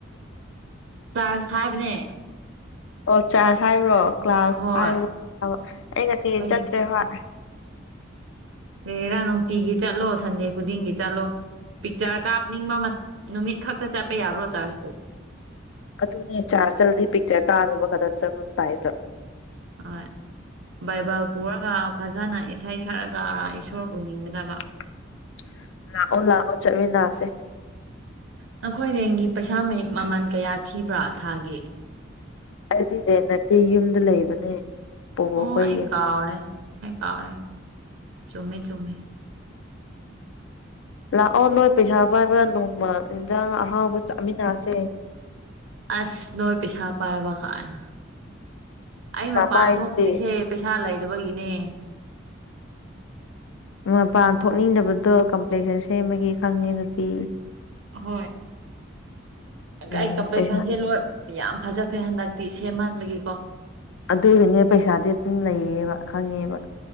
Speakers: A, on the right (about 75°); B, on the left (about 80°).
A: ꯆꯥꯔꯖ ꯍꯥꯏꯕꯅꯦ
B: ꯑꯣ ꯆꯥꯔꯖ ꯍꯥꯏꯕ꯭ꯔꯣ ꯀ꯭ꯂꯥꯁ
A: ꯑꯍꯣꯏ
B: ꯍꯥꯏꯕ ꯑꯩ ꯉꯁꯤ
A: ꯑꯩꯗꯤ
B: ꯆꯠꯇ꯭ꯔꯦ ꯍꯣꯏ
A: ꯑꯦ ꯔꯥ ꯅꯨꯡꯇꯤꯒꯤ ꯆꯠꯂꯣ ꯁꯟꯗꯦ ꯈꯨꯗꯤꯡꯒꯤ ꯆꯠꯂꯣ ꯄꯤꯛꯆꯔ ꯀꯥꯞꯅꯤꯡꯕ ꯅꯨꯃꯤꯠ ꯈꯛꯇ ꯆꯠꯄ ꯌꯥꯕ꯭ꯔꯣ ꯆꯥꯔꯖꯄꯨ
B: ꯑꯗꯨꯅꯦ ꯆꯥꯔ ꯆꯜꯗꯤ ꯄꯤꯛꯆꯔ ꯀꯥꯨꯅꯕ ꯈꯛꯇ ꯆꯠꯂꯨ ꯇꯥꯏꯕ
A: ꯍꯣꯏ ꯕꯥꯏꯕꯜ ꯄꯨꯔꯒ ꯐꯖꯅ ꯏꯁꯩ ꯁꯛꯔꯒ ꯏꯁꯣꯔꯕꯨ ꯅꯤꯡꯒꯗꯕ
B: <unintelligible> ꯂꯥꯛꯑꯣ ꯂꯥꯛꯑꯣ ꯆꯠꯃꯤꯟꯅꯁꯦ
A: ꯅꯈꯣꯏꯔꯦꯡꯒꯤ ꯄꯩꯁꯥ ꯃꯌꯦꯛ ꯃꯃꯜ ꯀꯌꯥ ꯊꯤꯕ꯭ꯔꯥ ꯊꯥꯒꯤ
B: ꯍꯥꯏꯗꯤ ꯏꯔꯦ ꯅꯠꯇꯦ ꯌꯨꯝꯗ ꯂꯩꯕꯅꯦ ꯄꯨꯕꯨ
A: ꯑꯣ
B: ꯈꯣꯏꯒꯤꯅꯦ
A: ꯑꯩ ꯀꯥꯎꯔꯦ ꯑꯩ ꯀꯥꯎꯔꯦ ꯆꯨꯝꯃꯦ ꯆꯨꯝꯃꯦ
B: ꯂꯥꯛꯑꯣ ꯅꯣꯏ ꯄꯩꯁꯥ ꯄꯥꯏꯕ ꯅꯣꯡꯃ ꯏꯟꯖꯥꯡ ꯑꯍꯥꯎꯕ ꯆꯥꯃꯤꯟꯅꯁꯦ
A: ꯑꯁ ꯅꯣꯏꯦ ꯄꯤꯆꯥꯥ ꯄꯥꯕ ꯀꯥꯅ ꯑꯩ
B: ꯄꯩꯁꯥ
A: ꯃꯄꯥꯟ
B: ꯄꯥꯏꯗꯨꯗꯤ
A: ꯊꯣꯛꯇ꯭ꯔꯤꯁꯦ ꯄꯩꯁꯥ ꯂꯩꯗꯕꯒꯤꯅꯦ
B: ꯃꯄꯥꯟ ꯊꯣꯛꯅꯤꯡꯗꯕꯗꯣ ꯀꯝꯄ꯭ꯂꯦꯛꯁꯟ ꯁꯦꯝꯃꯒꯤ ꯈꯪꯉꯦ ꯅꯨꯄꯤ
A: ꯍꯣꯏ
B: ꯎꯝ
A: ꯀꯥꯏ ꯀꯄꯔꯦ
B: ꯄꯩꯁꯥ
A: ꯁꯖꯦ ꯂꯣꯏ ꯌꯥꯝ ꯐꯖꯈ꯭ꯔꯦ ꯍꯟꯗꯛꯇꯤ ꯁꯦꯝꯃꯟꯥꯟꯕꯒꯤꯀꯣ
B: ꯑꯗꯨꯒꯤꯅꯦ ꯄꯩꯁꯥꯗꯤ ꯑꯗꯨꯝ ꯂꯩꯌꯦꯕ ꯈꯪꯉꯦꯕ